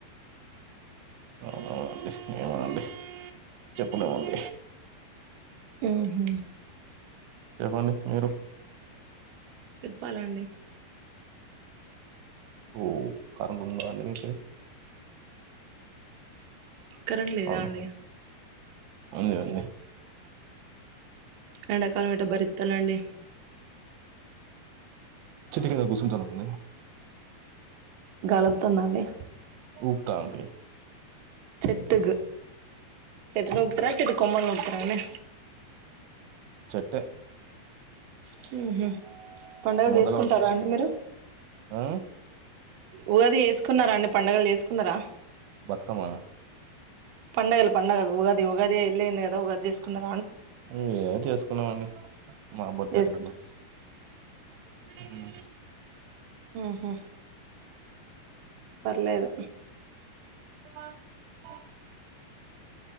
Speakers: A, on the right (about 85°); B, on the right (about 65°).
A: అవుండి ఏమనండి చెప్పున అండి
B: మ్ హు
A: చెప్పండి మీరు
B: చెప్పాలండి
A: వో కరెంట్ ఉందా అండి మీకే
B: కరెంట్ లేదా
A: అవును
B: అండి
A: ఉంది ఉంది
B: ఎండాకాలం ఎట్టా భరిత్తాలండి
A: చెట్టు కిన్ కుసుంటామ్ అండి
B: గాలోత్తందా అండి
A: ఉక్తాంది
B: చెట్టుకు చెట్లు తెంపుతారా చెట్టు కొమ్మలు తెంప్తారన్
A: చెట్టే
B: హ్మ్ హ్మ్ పండగలు
A: మొదలు
B: చేసుకుంటారండి
A: పట్టుకు
B: మీరు
A: ఆ
B: ఉగాది చేసుకున్నారా అండి పండగలు చేసుకున్నారా
A: బతుకమా
B: పండగలు పండగలు ఉగాది ఉగాది ఎల్లేలే కదా ఉగాది చేస్కున్నారు
A: నువే ఏదో చేసుకుందాం అంది మా బడ్జెట్
B: చేసుకున్నా
A: లలో హ్మ్
B: మ్మ్ హు పర్లేదు
A: <inaudible>